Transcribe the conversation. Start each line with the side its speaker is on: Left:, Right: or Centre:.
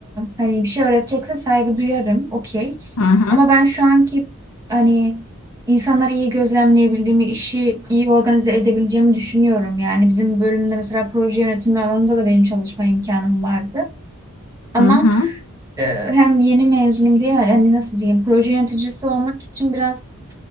Right: hani bir şey öğretecekse saygı duyarım. Okey.
Left: Hı hı,
Right: Ama ben şu anki hani insanları iyi gözlemleyebildiğimi, işi iyi organize edebileceğimi düşünüyorum. Yani bizim bölümde mesela proje yönetimi alanında da benim çalışma imkanım vardı. Ama
Left: hı hı,
Right: e, hem yeni mezunum diye yani nasıl diyeyim proje yöneticisi olmak için biraz